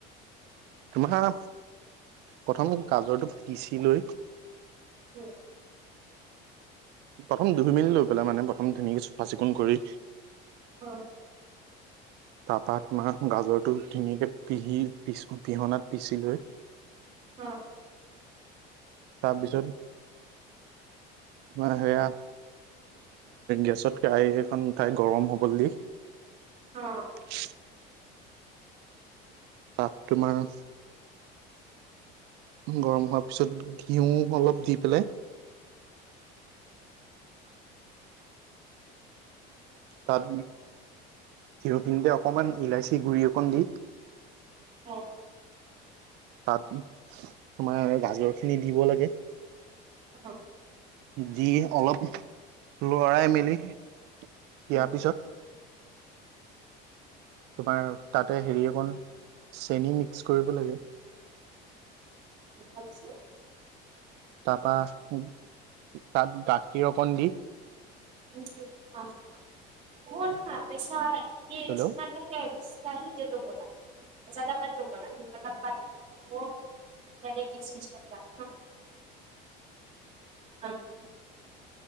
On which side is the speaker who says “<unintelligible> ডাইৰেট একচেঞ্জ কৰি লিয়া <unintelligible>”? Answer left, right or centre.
Right